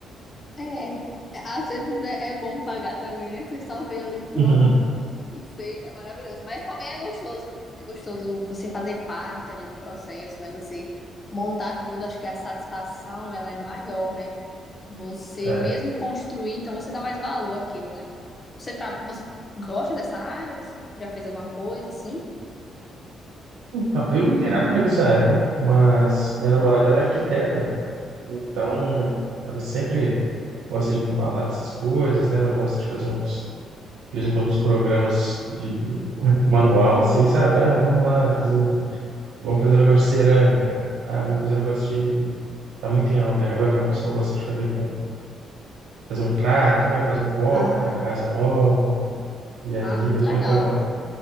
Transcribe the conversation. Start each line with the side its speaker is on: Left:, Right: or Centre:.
Left: É, é, às vezes é, é bom pagar também, né? Você só vê ali pronto
Right: Uhum.
Left: e feito, é maravilhoso. Mas também é gostoso. É gostoso você fazer parte ali do processo, né? Você montar tudo, acho que a satisfação ela é maior, né? Você
Right: É.
Left: mesmo construir, então você dá mais valor àquilo, né? Você, tra... você gosta dessa área? Você já fez alguma coisa assim?
Right: Então, eu não tenho nada a ver com essa área, né? Mas minha namorada, ela é arquiteta, então ela sempre gosta de me falar dessas coisas, né? Ela gosta de fazer uns, de vez em quando, uns programas de manual, assim, sabe? Ah, vamos lá fazer um Vamos fazer um negócio de cerâmica. Ah, vamos fazer um negócio de. Tá muito em alta aí agora, né? O pessoal gosta de fazer com fazer um prato, né? Fazer um copo
Left: Ah,
Right: para casa nova. E aí
Left: ah, muito
Right: eu
Left: legal.
Right: falei para ela, eu